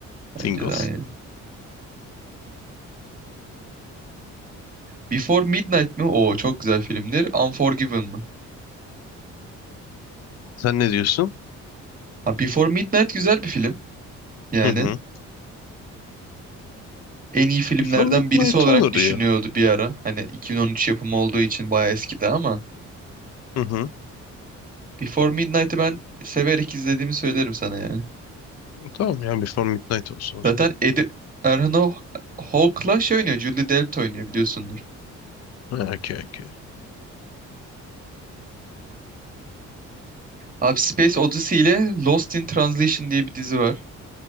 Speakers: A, on the left; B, on the right.
A: Tingles.
B: Bence de aynı. Before Midnight mi? Oo çok güzel filmdir. Unforgiven mı?
A: Sen ne diyorsun?
B: Ha, Before Midnight güzel bir film. Yani
A: Hı hı.
B: en iyi filmlerden
A: Before Midnight
B: birisi olarak
A: olur
B: düşünüyordu
A: ya.
B: bir ara. Hani 2013 yapımı olduğu için bayağı eskidi ama.
A: Hı hı.
B: Before Midnight'ı ben severek izlediğimi söylerim sana yani.
A: Tamam ya Before Midnight olsun o
B: Zaten
A: zaman.
B: Ed Erhan Ho- Hawke'la şey oynuyor. Julie Delpy oynuyor biliyorsundur.
A: Ha, okey okey.
B: Abi Space Odyssey ile Lost in Translation diye bir dizi var.